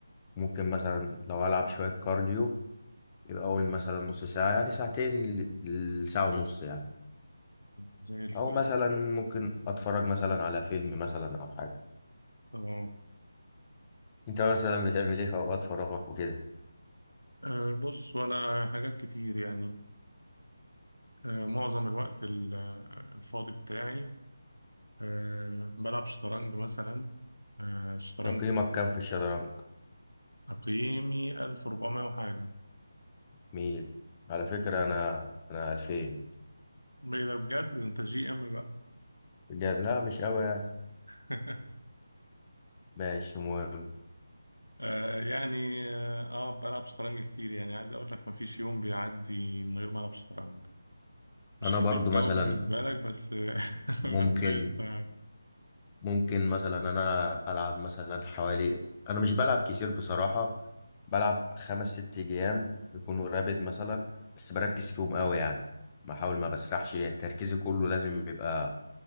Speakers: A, on the left; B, on the left.
A: ممكن مثلا لو العب شوية كارديو يبقى اول مثلا نص ساعة يعني ساعتين ل- لساعة ونص يعني
B: زي الفل
A: او مثلا ممكن اتفرج مثلا على فيلم مثلا او حاجة
B: اه
A: انت مثلا بتعمل ايه في اوقات فراغك وكده
B: آه، بص وانا حاجات كتير يعني آه، معظم الوقت ال- الفاضي بتاعي آه، بلعب شطرنج مثلا آه، الشطرنج
A: تقييمك كام في الشطرنج
B: تقييمي 1400 وحاجه
A: ميل على فكرة أنا أنا 2000
B: ده ده بجد ده انت جي ام بقى
A: بجد لا مش أوي يعني
B: <laughs>
A: ماشي مهم
B: آه يعني اه آه، بلعب شطرنج كتير يعني عايز اقول لك مفيش يوم بيعدي من غير ما العب شطرنج مش
A: أنا
B: حريف
A: برضو مثلا
B: قوي بالنسبه لك بس <laughs>
A: ممكن
B: بس قشطه يعني
A: ممكن مثلا أنا ألعب مثلا حوالي أنا مش بلعب كتير بصراحة بلعب خمس ست جيام بيكونوا رابد مثلا بس بركز فيهم أوي يعني بحاول ما بسرحش تركيزي كله لازم يبقى